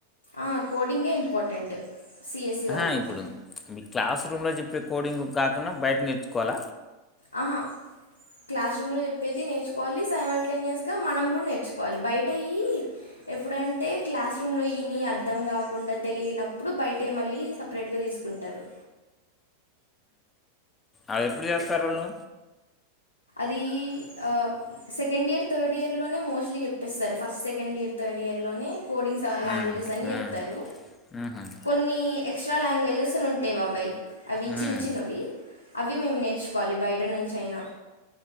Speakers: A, on the left; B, on the left.
A: ఆ కోడింగే ఇంపార్టెంట్ సిఎస్సి వాళ్ళకి
B: ఆ ఇప్పుడుంది మీ క్లాసు రూంలో జెప్ కోడింగ్ కాకుండా బయట నేర్ కోల
A: ఆహా క్లాస్ రూమ్ లో చెప్పేది నేర్చుకోవాలి సైమల్టేనియస్గా మనం కూడా నేర్చుకోవాలి, బయట ఇయి ఎప్పుడంటే క్లాస్ రూంలో ఇని అర్థం కాకుండా తెలియినప్పుడు బయట మళ్ళీ సపరేట్గా తీసుకుంటారు.
B: అవి ఎప్పుడు చేస్తారు వాళ్ళు
A: ది ఆ సెకండ్ ఇయర్ థర్డ్ ఇయర్లోనే మోస్ట్లీ చెప్పేస్తారు, ఫస్ట్ సెకండ్ ఇయర్ థర్డ్ ఇయర్లోనే కోడింగ్స్ స లాంగ్వేజెస్
B: మ్మ్,
A: అని
B: మ్మ్,
A: చెప్తారు,
B: మ్మ్,
A: కొన్ని ఎక్స్ట్రా లాంగ్వేజెస్ అని ఉంటయి బాబాయి అవి
B: మ్మ్.
A: చిన్న చిన్నవి అవి మేము నేర్చుకోవాలి బయట నుంచయినా.